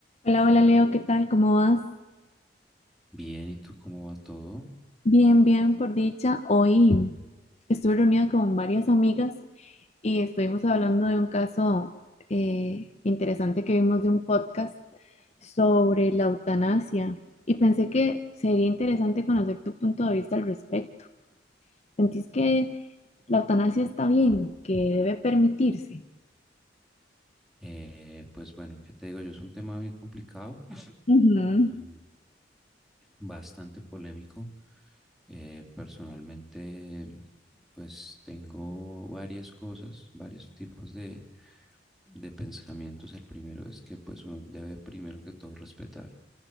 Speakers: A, on the left (about 40°); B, in the centre.
A: Hola, hola Leo, ¿qué tal? ¿Cómo vas?
B: Bien, ¿y tú cómo va todo?
A: Bien, bien, por dicha. Hoy estuve reunida con varias amigas y estuvimos hablando de un caso eh, interesante que vimos de un podcast sobre la eutanasia y pensé que sería interesante conocer tu punto de vista al respecto. ¿Sentís que la eutanasia está bien, que debe permitirse?
B: Eh, pues bueno, ¿qué te digo yo? Es un tema bien complicado,
A: Ujú,
B: mm, bastante polémico. Eh, personalmente, pues tengo varias cosas, varios tipos de, de pensamientos. El primero es que pues uno debe primero que todo respetar